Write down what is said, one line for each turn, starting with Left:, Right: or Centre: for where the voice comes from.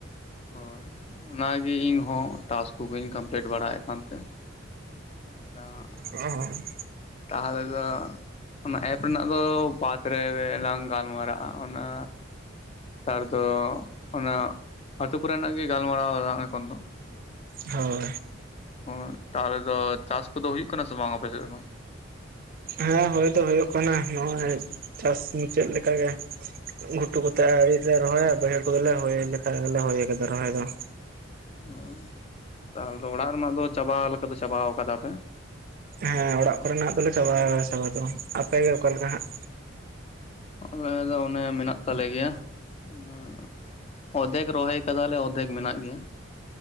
Left: ᱦᱳᱭ ᱚᱱᱟᱜᱮ ᱤᱧ ᱦᱚᱸᱴᱟᱥ ᱠᱚᱜᱮᱧ ᱠᱚᱢᱯᱞᱤᱴ ᱵᱟᱲᱟᱭᱮᱜ ᱠᱟᱱᱛᱮ ᱾ ᱟᱫᱚ ᱦᱟᱸᱜ
Right: ᱚᱸ <inaudible>
Left: ᱛᱟᱦᱚᱞᱮ ᱫᱚ ᱚᱱᱟ ᱮᱯ ᱨᱮᱱᱟᱜ ᱫᱚ ᱵᱟᱫᱽ ᱨᱮ ᱞᱟᱝ ᱜᱟᱞᱢᱟᱨᱟᱜᱼᱟ ᱚᱱᱟ ᱱᱮᱛᱟᱨ ᱫᱚ ᱚᱱᱟ ᱟᱹᱛᱩ ᱠᱚᱨᱮᱱᱟᱜ ᱜᱮ ᱜᱟᱞᱢᱟᱨᱟᱣ ᱟᱞᱟᱝ ᱮᱠᱷᱚᱱ ᱫᱚ ᱾
Right: ᱦᱳᱭ ᱾
Left: ᱦᱚᱭ ᱛᱟᱦᱚᱞᱮ ᱫᱚ ᱪᱟᱥ ᱠᱚᱫᱚ ᱦᱩᱭᱩᱜ ᱠᱟᱱᱟ ᱥᱮ ᱵᱟᱝ ᱟᱯᱮᱥᱮᱫ ᱫᱚ?
Right: ᱦᱮᱸ ᱦᱳᱭ ᱫᱚ ᱦᱳᱭᱳᱜ ᱠᱟᱱᱟ ᱱᱚᱜᱼᱚᱭ ᱪᱟᱥ ᱢᱩᱪᱟᱹᱫ ᱞᱮᱠᱟ ᱜᱮ ᱜᱷᱩᱴᱩ ᱠᱚ ᱛᱮᱜ ᱟᱹᱣᱨᱤ ᱞᱮ ᱨᱚᱦᱚᱭᱟ, ᱵᱟᱹᱭᱦᱟᱹᱲ ᱠᱚᱫᱚᱞᱮ ᱨᱚᱦᱚᱭ ᱞᱮᱠᱷᱟ ᱜᱮᱞᱮ ᱞᱚᱦᱚᱭ ᱠᱟᱫᱟ ᱨᱚᱦᱚᱭ ᱫᱚ ᱾
Left: ᱚᱸ, ᱛᱟᱦᱚᱞᱮ ᱫᱚ ᱚᱲᱟᱜ ᱨᱮᱱᱟᱜ ᱫᱚ ᱪᱟᱵᱟ ᱞᱮᱠᱟ ᱫᱚ ᱪᱟᱵᱟᱣ ᱠᱟᱫᱟ ᱯᱮ?
Right: ᱦᱮᱸ ᱚᱲᱟᱜ ᱠᱚᱨᱮᱱᱟᱜ ᱫᱚᱞᱮ ᱪᱟᱵᱟ ᱪᱟᱵᱟ ᱫᱚ ᱾ ᱟᱯᱮ ᱜᱮ ᱚᱠᱟᱞᱮ ᱞᱮᱠᱟ ᱦᱟᱸᱜ?
Left: ᱟᱠᱮ ᱫᱚ ᱚᱱᱮ ᱢᱮᱱᱟᱜ ᱛᱟᱞᱮ ᱜᱮᱭᱟ ᱾ ᱚᱫᱷᱮᱠ ᱨᱚᱦᱚᱭ ᱠᱟᱫᱟᱞᱮ ᱚᱫᱷᱮᱠ ᱢᱮᱱᱟᱜ ᱜᱮᱭᱟ,